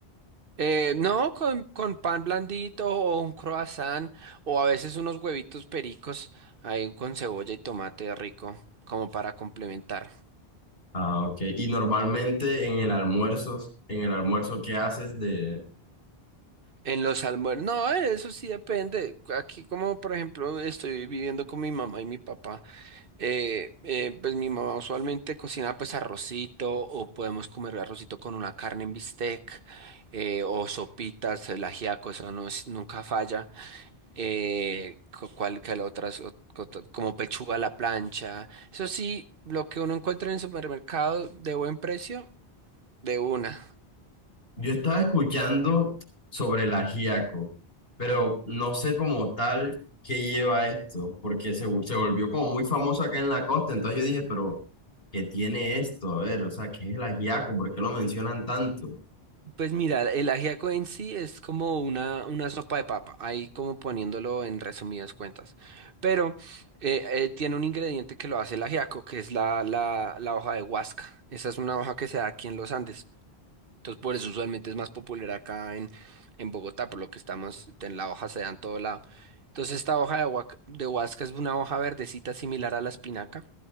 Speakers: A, on the right (about 60°); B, on the left (about 65°).
A: Eh, no, con, con pan blandito o un croissant o a veces unos huevitos pericos ahí con cebolla y tomate rico como para complementar.
B: Ah, ok. Y normalmente en el almuerzo, en el almuerzo, ¿qué haces de...?
A: En los almuerzos, no, eh, eso sí depende. Aquí como por ejemplo estoy viviendo con mi mamá y mi papá. Eh, eh, pues mi mamá usualmente cocina pues arrocito o podemos comer arrocito con una carne en bistec eh, o sopitas, el ajiaco, eso no es- nunca falla. Eh, cu- cual que la otras o- co- to- como pechuga a la plancha. Eso sí, lo que uno encuentra en el supermercado de buen precio, de una.
B: Yo estaba escuchando sobre el ajiaco, pero no sé como tal qué lleva esto, porque se, se volvió como muy famoso acá en la costa. Entonces yo dije, pero, ¿qué tiene esto? A ver, o sea, ¿qué es el ajiaco? ¿Por qué lo mencionan tanto?
A: Pues mira, el ajiaco en sí es como una, una sopa de papa, ahí como poniéndolo en resumidas cuentas. Pero eh, eh, tiene un ingrediente que lo hace el ajiaco, que es la, la, la hoja de huasca. Esa es una hoja que se da aquí en los Andes. Entonces por eso usualmente es más popular acá en, en Bogotá, por lo que estamos, en la hoja se da en todo lado. Entonces esta hoja de, huac- de huasca es una hoja verdecita similar a la espinaca